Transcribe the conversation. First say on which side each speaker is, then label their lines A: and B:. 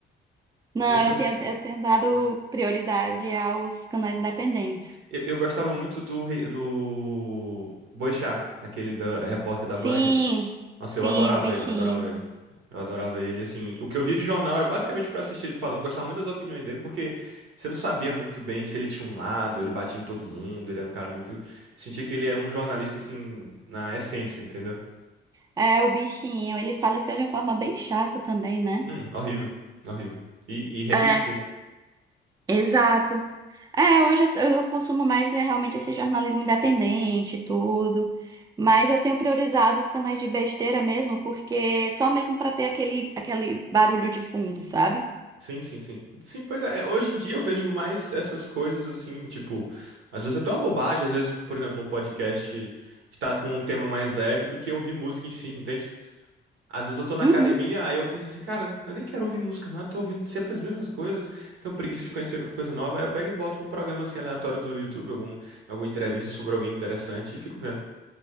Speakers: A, on the right; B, on the right.
A: E
B: Não,
A: essas,
B: eu tenho, eu tenho dado
A: ess-
B: prioridade aos canais independentes.
A: eu, eu gostava muito do, re- do Boechat, aquele da, repórter da
B: Sim,
A: Band. Nossa,
B: sim,
A: eu adorava
B: o bichinho.
A: ele, eu adorava ele. Eu adorava ele, assim, o que eu via de jornal era basicamente pra assistir ele falando, gostava muito das opiniões dele, porque você não sabia muito bem se ele tinha um lado, ele batia em todo mundo, ele era um cara muito, sentia que ele era um jornalista assim, na essência, entendeu?
B: É, o bichinho. Ele faleceu de uma forma bem chata também, né?
A: Hum, horrível, horrível. E, e repentino.
B: É, exato. É, hoje eu, eu consumo mais é, realmente esse jornalismo independente e tudo. Mas eu tenho priorizado os canais de besteira mesmo, porque só mesmo pra ter aquele, aquele barulho de fundo, sabe?
A: Sim, sim, sim. Sim, pois é, é, hoje em dia eu vejo mais essas coisas assim, tipo, às vezes até uma bobagem, às vezes, por exemplo, um podcast que tá com um tema mais leve do que ouvir música em si, entende? Às vezes eu tô na
B: Uhum.
A: academia, aí eu penso assim, cara, eu nem quero ouvir música, não, eu tô ouvindo sempre as mesmas coisas, tenho preguiça de conhecer coisa nova, aí eu pego e boto num programa assim aleatório do YouTube, algum, alguma entrevista sobre alguém interessante e fico vendo.